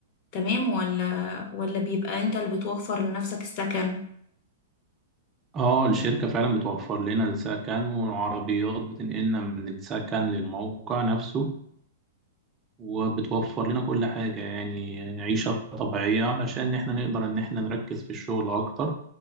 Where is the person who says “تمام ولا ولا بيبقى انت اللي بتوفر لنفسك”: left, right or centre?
Left